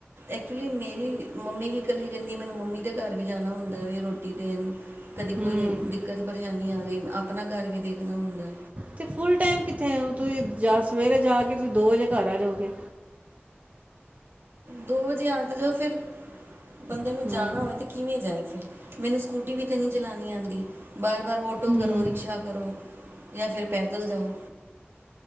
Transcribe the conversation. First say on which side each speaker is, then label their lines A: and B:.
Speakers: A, on the right (about 75°); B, on the right (about 40°).
A: ਐਚੁਲੀ ਮੇਰੀ- ਮੰਮੀ ਵੀ ਇਕੱਲੀ ਰਹਿੰਦੀ ਹੈ ਮੈਨੂੰ ਮੰਮੀ ਦੇ ਘਰ ਵੀ ਜਾਣਾ ਹੁੰਦਾ ਵੇ ਰੋਟੀ ਦੇਣ ਕਦੀ
B: ਹੂੰ
A: ਕੋਈ ਦਿੱਕਤ ਪਰੇਸ਼ਾਨੀ ਆ ਗਈ, ਆਪਣਾ ਘਰ ਵੀ ਦੇਖ- <unintelligible> ਹੁੰਦਾ।
B: ਤੇ ਫੁਲ ਟਾਈਮ ਕਿੱਥੇ? ਤੁਸੀਂ ਜਾ ਸਵੇਰੇ ਜਾ ਕੇ ਤੁਸੀਂ ਦੋ ਵਜੇ ਘਰ ਆ ਜਾਓਗੇ।
A: ਦੋ ਵਜੇ ਆ ਤੇ ਜਾਓ ਫਿਰ ਬੰਦੇ ਨੂੰ
B: ਹੂੰ
A: ਜਾਣਾ ਹੋਏ ਤੇ ਕਿਵੇਂ ਜਾਏ ਫਿਰ, ਮੈਨੂੰ ਸਕੂਟੀ ਵੀ ਤੇ ਨਹੀਂ ਜਲਾਣੀ ਆਂਦੀ। ਬਾਰ-ਬਾਰ ਆੱਟੋ
B: ਹੂੰ
A: ਕਰੋ ਰਿਕਸ਼ਾ ਕਰੋ। ਜਾਂ ਫਿਰ ਪੈਦਲ ਜਾਓ।